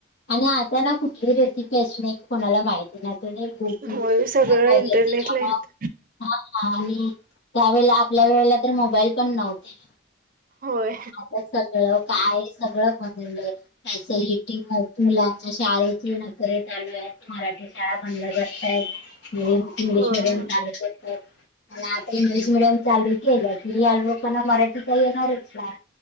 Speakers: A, on the left (about 60°); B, on the right (about 45°).
A: आणि आता ना कुठली रेसिपी अशी नाही कोणाला माहिती नाही. गोटू
B: होय
A: वगैरे
B: सगळं इंटरनेटला
A: त्याच्या
B: येत.
A: हा हा आणि त्यावेळेला आपल्या वेळेला तर मोबाईल पण नव्हते.
B: होय.
A: आता सगळं काय सगळं बदलय. फॅसिलिटी मुलांच्या शाळेची नखरे चालू आहेत. मराठी शाळा बंद करताय. म्हणून इंग्लिश
B: हो
A: मिडियम
B: हो
A: चालू करतात. पण आता इंग्लिश मिडियम चालू केलं की अल्ब कोना मराठीचा येणारच नाही.